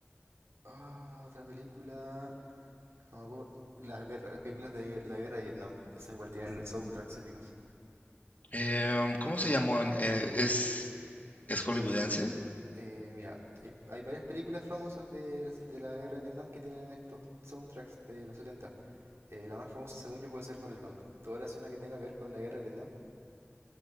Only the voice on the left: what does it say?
Em, ¿cómo se llamó? en- eh, ¿es, es hollywoodense?